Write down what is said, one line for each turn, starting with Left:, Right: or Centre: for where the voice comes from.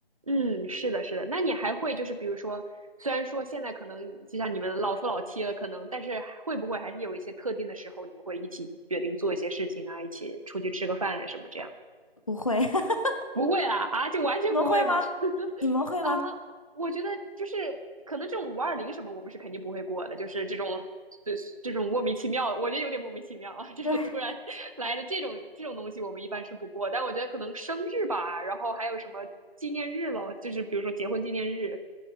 Right: 嗯，是的，是的。那你还会就是比如说，虽然说现在可能就像你们老夫老妻了，可能，但是还会不会还是有一些特定的时候，你们会一起决定做一些事情啊，一起出去吃个饭啊什么这样？
Left: 不会，<laughs>
Right: 不会啦，啊，就完全不会吗？
Left: 你们会吗？
Right: <laughs>
Left: 你们会吗？
Right: 啊，我觉得就是可能这种五二零什么，我们是肯定不会过的，就是这种这这种莫名其妙，我觉得有点莫名其妙啊，这种突然
Left: 对，
Right: <laughs> 来的这种这种东西，我们一般是不过。但我觉得可能生日吧，然后还有什么纪念日咯，就是比如说结婚纪念日